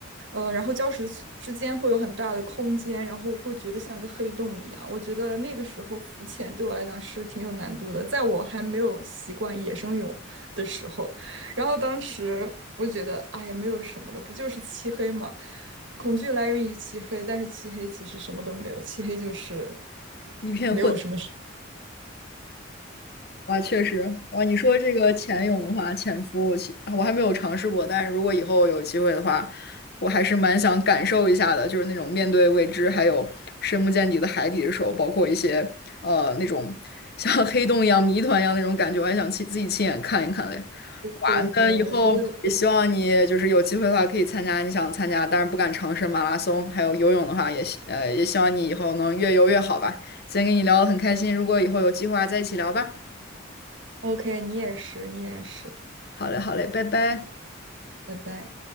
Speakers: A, on the right; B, on the left.
A: 呃，然后礁石之间会有很大的空间，然后会觉得像一个黑洞一样。我觉得那个时候浮潜对我来讲是挺有难度的，在我还没有习惯野生泳的时候，然后当时我觉得，哎呀，没有什么的，不就是漆黑吗？恐惧来源于漆黑，但是漆黑其实什么都没有，漆黑就是
B: 一片混。
A: 没有什么事。
B: 哇，确实，哇，你说这个潜泳的话，潜伏我其啊我还没有尝试过，但是如果以后有机会的话，我还是蛮想感受一下的，就是那种面对未知，还有深不见底的海底的时候，包括一些呃那种像黑洞一样、谜团一样那种感觉，我还想亲自己亲眼看一看嘞。哇，
A: 对对，
B: 那以后也希望你就是有机会的话，
A: 我觉得
B: 可以参加你想参加，但是不敢尝试马拉松，还有游泳的话也希，呃也希望你以后能越游越好吧。今天跟你聊得很开心，如果以后有计划再一起聊吧。
A: OK，你也是，你也是，
B: 好嘞，好嘞，拜拜。
A: 拜拜。